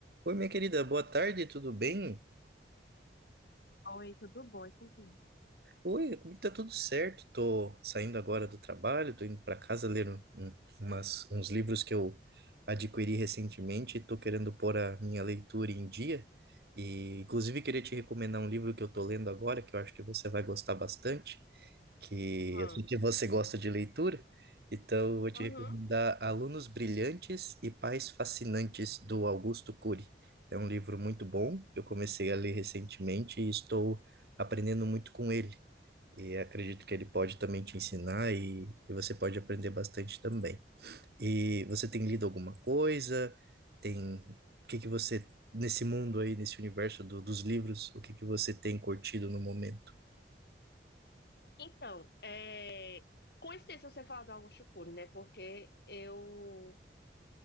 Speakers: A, on the right; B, on the left.
A: Oi, minha querida, boa tarde, tudo bem?
B: Oi, tudo bom? E contigo?
A: Oi, comigo tá tudo certo. Tô saindo agora do trabalho, tô indo para casa ler um- um- umas, uns livros que eu adquiri recentemente. Tô querendo pôr a minha leitura em dia. E, inclusive, queria te recomendar um livro que eu tô lendo agora, que eu acho que você vai gostar bastante, que
B: Hum.
A: eu sei que você gosta de leitura. Então, eu vou te
B: uhum.
A: recomendar Alunos Brilhantes e Pais Fascinantes, do Augusto Cury. É um livro muito bom, que eu comecei a ler recentemente e estou aprendendo muito com ele. E acredito que ele pode também te ensinar e, e você pode aprender bastante também. E você tem lido alguma coisa? Tem, o que que você, nesse mundo aí, nesse universo do- dos livros, o que que você tem curtido no momento?
B: Então, é, coincidência você falar do Augusto Cury, né? Porque eu